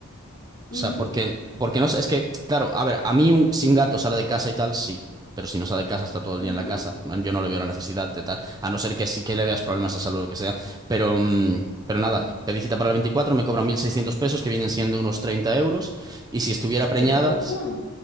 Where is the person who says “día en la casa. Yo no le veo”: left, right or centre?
Right